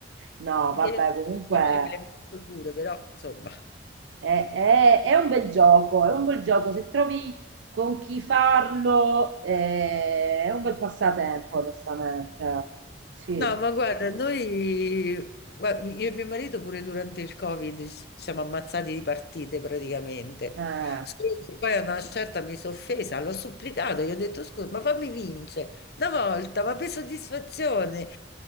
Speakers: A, on the right; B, on the left.
A: No,
B: Perché
A: vabbè, comunque
B: io le me le metto pure, però insomma.
A: è, è- è un bel gioco, è un bel gioco. Se trovi con chi farlo, eh, è un bel passatempo, onestamente. Sì.
B: No, ma guarda, noi, gua- io e mio marito pure durante il Covid ci siamo ammazzati di partite praticamente.
A: Eh.
B: Solo che poi a una certa mi sono offesa, l'ho supplicato, gli ho detto scusa, ma fammi vincere una volta, ma per soddisfazione.